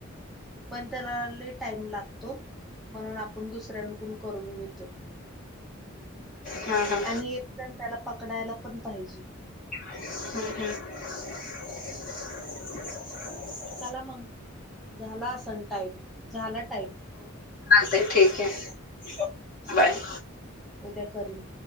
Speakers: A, in the centre; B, on the left.
A: पण त्या ला... लय टाइम लागतो. म्हणून आपण दुसऱ्यांकडून करून घेतो.
B: हा.. हा..
A: एक जण त्याला पकडायला पण पाहिजे.
B: <inaudible>
A: चला मग.. झाला असल टाईम. झाला टाईम.
B: ते ठीक आहे. बाय.
A: उद्या करीन.